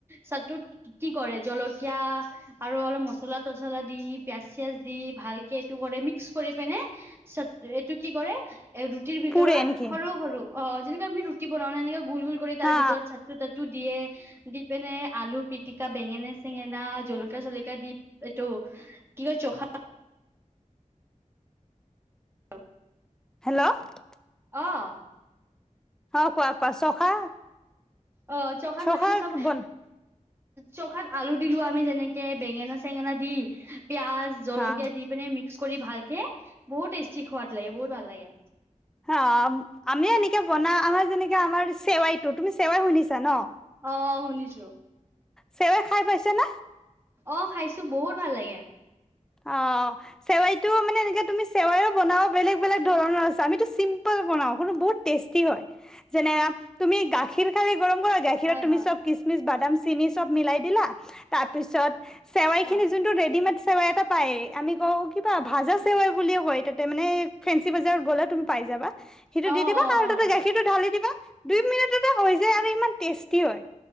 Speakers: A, on the right (about 20°); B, in the centre.
A: চাটত কি কৰে জলকীয়া আৰু অলপ ম পচলা তচলা দি পিয়াঁজ চিয়াঁজ দি ভালকে এইটো কৰে মিক্স কৰি পিনে পিছ ৰেট টো কি কৰে এ ৰুটিৰ ভিতৰত
B: পুৰে নেকি
A: সৰু সৰু অ যেনেকাে আমি ৰুটি বনাও ন এনে গোল গোল কৰি তাৰ
B: হা
A: ভিতৰত চাটু তাতটো দিয়ে দি পিনে আলু পিটিকা বেঙেনা চেঙ বেঙেনা জলকা চলকা দি এইটো কি কয় চখা হেল্ল
B: হেল্ল' অ
A: আহ
B: অ কোৱা কোৱা চখা
A: অ চখাত
B: চখাৰ
A: মানে কি চব
B: বন
A: চখাত আলু দিলো আমি যেনেকে বেঙেনা চেঙেনা দি পিয়াজ জলকীয়া
B: হা
A: দি পিনে মিক্স কৰি ভালকে বহুত টেষ্ট ঠিক হোৱাদ লাগে বহুত ভাল লাগে।
B: হ আমি এনেকে বনা আমাৰ যেনেকে আমাৰ চেৱাইটোো তুমি চেৱাই শুনিছা ন?
A: অঁ শুনিছো
B: সেইব খাই পাইছে ন
A: অঁ খাইছো বহুত ভাল লাগে।
B: অঁ চেৱাইতটো মানে এনেে তুমি চেৱাইও বনাও বেলেগ বেলেগ ধৰণৰ আছে আমিতো চিম্পল বনাওঁ বহুত টেষ্টি হয় যেনে তুমি গাখীৰ খাই, গৰম কৰা গাখীৰত
A: হয়,
B: তুমিব
A: হয়,
B: কিচমিচ বাদাম, চেনি চব মিলাই দিলা তাৰ পিছত চেৱাই খিনি
A: অ',
B: যোনটো ৰেডিমেদ পায় আমি ক কিবা ভাজ আছে বুলিও কয় তাতে মানে ফেঞ্চি বজাৰত গ'লে তুমি পাই যাবা সিটো
A: অ',
B: দি দিবা
A: অ',
B: আৰু
A: অ',
B: তাতে গাখীৰটো ঢালি দিবা দুই মিনিটতে হৈ যায় আৰু ইমান টেষ্টি হয়